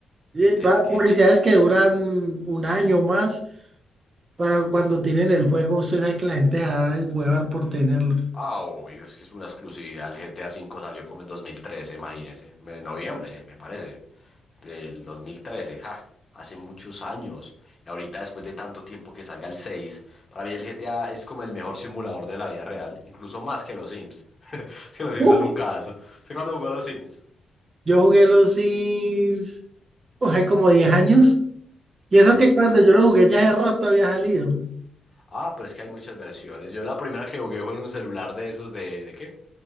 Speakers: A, on the right; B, on the left.
A: eh,
B: Uy, te
A: va-
B: es que.
A: publicidades que duran un año más para cuando tienen el juego, usted sabe que la gente va a huevar por tenerlo.
B: Ah, obvio, es que es una exclusividad. El GTA V salió como en 2013, imagínese. Me- En noviembre, me parece. Del 2013, ja. Hace muchos años. Y ahorita, después de tanto tiempo que salga el 6, para mí el GTA es como el mejor simulador de la vida real. Incluso más que los Sims. <laughs> Es que los Sims
A: Uf.
B: son un caso. ¿Sé cuándo jugó a los Sims?
A: Yo jugué los Sims, o sea, como 10 años. Y
B: Dios
A: eso que cuando
B: mío.
A: yo lo jugué ya hace rato había salido.
B: Ah, pero es que hay muchas versiones. Yo la primera que jugué fue en un celular de esos de... ¿De qué?